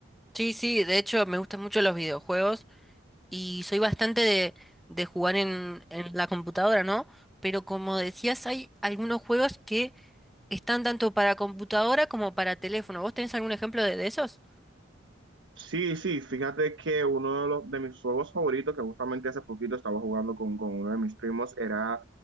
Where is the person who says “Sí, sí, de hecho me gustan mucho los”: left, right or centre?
Centre